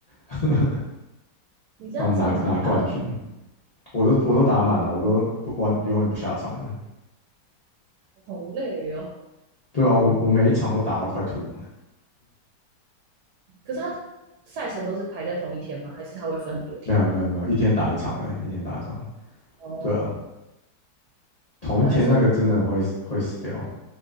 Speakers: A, on the left (about 50°); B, on the right (about 75°).
A: <laughs>
B: 你这样上场打得几
A: 那我们拿拿冠军，我都我都打满了，我都不完永远不下场的，
B: 好累哦。
A: 对啊，我我每一场都打到快吐，
B: 可是他的赛程都是排在同一天吗？还是他会分很多天？
A: 没有没有没有，一天打一场哎、一天打一场，
B: 哦，
A: 对啊，同一天那个真的会会死掉，
B: 但还是很